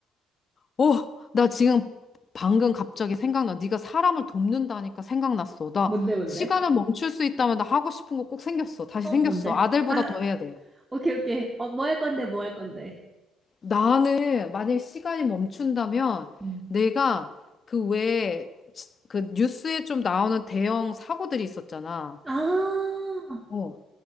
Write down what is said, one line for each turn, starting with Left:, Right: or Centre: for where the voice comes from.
Left: 어, 나 지금 방금 갑자기 생각나. 네가 사람을 돕는다니까 생각났어. 나
Right: 뭔데 뭔데?
Left: 시간을 멈출 수 있다면 나 하고 싶은 거 꼭 생겼어. 다시
Right: 어
Left: 생겼어.
Right: 뭔데?
Left: 아들보다
Right: 나
Left: 더 해야 돼.
Right: 오케이 오케이. 어, 뭐 할 건데 뭐 할 건데.
Left: 나는 만약에 시간이 멈춘다면
Right: 음.
Left: 내가 그 외에 지- 그 뉴스에 좀 나오는 대형 사고들이 있었잖아.
Right: 아,
Left: 어.